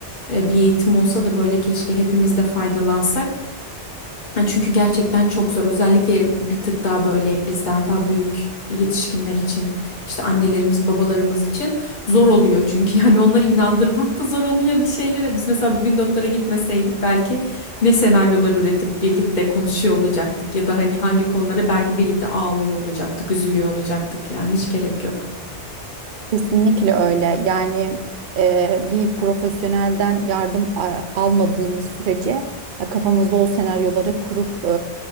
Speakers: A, on the left; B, on the right.
A: e, bir eğitim olsa da böyle keşke hepimiz de faydalansak. Çünkü gerçekten çok zor. Özellikle bir tık daha böyle bizden daha büyük yetişkinler için, işte annelerimiz, babalarımız için zor oluyor çünkü <laughs> yani onları inandırmak da zor oluyor bir şeylere. Biz mesela bugün doktora gitmeseydik belki ne senaryolar üretip birlikte konuşuyor olacaktık ya da hani hangi konuları belki birlikte ağlıyor olacaktık, üzülüyor olacaktık yani hiç gerek yok.
B: Kesinlikle öyle. Yani e, bir profesyonelden yardım a- almadığımız sürece e, kafamızda o senaryoları kurup e,